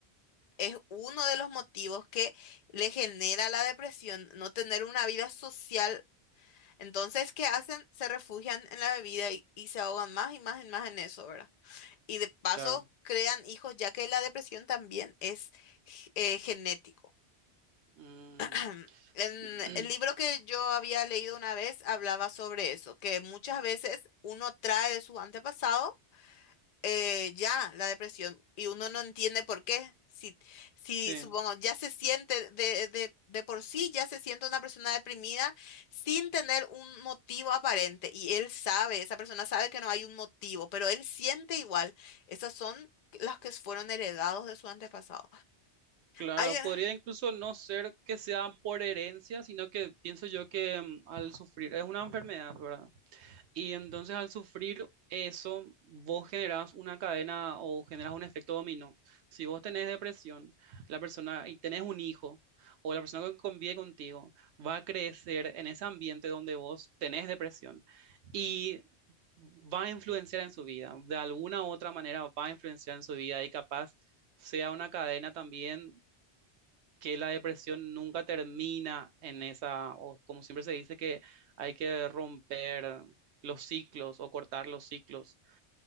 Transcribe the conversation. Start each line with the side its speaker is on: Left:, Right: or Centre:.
Left: es uno de los motivos que le genera la depresión, no tener una vida social Entonces, ¿qué hacen? Se refugian en la bebida y, y se ahogan más y más y más en eso, ¿verdad? Y de paso
Right: claro.
Left: crean hijos, ya que la depresión también es g- eh, genético.
Right: Mm,
Left: <clears throat> En
Right: <clears throat>
Left: el libro que yo había leído una vez hablaba sobre eso, que muchas veces uno trae de su antepasado eh, ya la depresión y uno no entiende por qué. Si, si
Right: Sí.
Left: supongo, ya se siente de, de, de por sí, ya se siente una persona deprimida sin tener un motivo aparente y él sabe, esa persona sabe que no hay un motivo, pero él siente igual. Esas son las que fueron heredados de su antepasado.
Right: Claro,
Left: Hay, eh,
Right: podría incluso no ser que sea por herencia, sino que pienso yo que mm, al sufrir, es una enfermedad, ¿verdad? Y entonces al sufrir eso, vos generás una cadena o generás un efecto dominó. Si vos tenés depresión, la persona y tenés un hijo o la persona que convive contigo va a crecer en ese ambiente donde vos tenés depresión y va a influenciar en su vida, de alguna u otra manera va a influenciar en su vida y capaz sea una cadena también que la depresión nunca termina en esa, o como siempre se dice, que hay que romper los ciclos o cortar los ciclos.